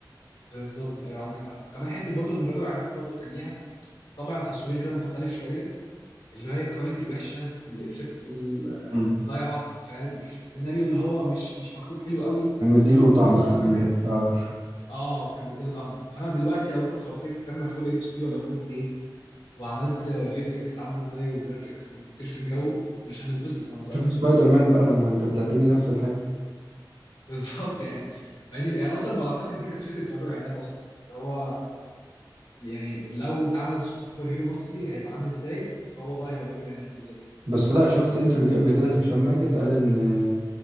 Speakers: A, on the left; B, on the right.
A: بالظبط ايوه عندك حق كمان حته برضو ان الرجل العناب برضو كان ليها طابع تصوير كده مختلف شويه اللي هي الكواليتي الوحشه الافكتس
B: مم.
A: الضايعه فاهم السيناريو اللي هو مش مش مكتوب حلو قوي
B: كان مديله طعم
A: كل ده
B: الكلام
A: اصلا كان
B: ده اه
A: اه كان بيديله طعم فانا دلوقتي لو انت صورت لي في الكاميرا فول اتش دي ولا 4K وعملت في اف اكس عامله ازاي وجرافيكس بتطير في الجو مش هنتبسط انا متاكد
B: شوف سبايدر مان بقى ما أنا... انت بتقدم لي نفس الحاجة
A: <laughs> بالظبط يعني ما هي دي يعني اصلا بعتقد دي كانت فكره رجل عناب اصلا اللي هو يعني لو اتعمل سوبر هيرو مصري هيبقى عامل ازاي هو بقى هيبقى رجل عناب بالظبط
B: بس لا شفت انترفيو قبل كده لهشام ماجد قال ان آه،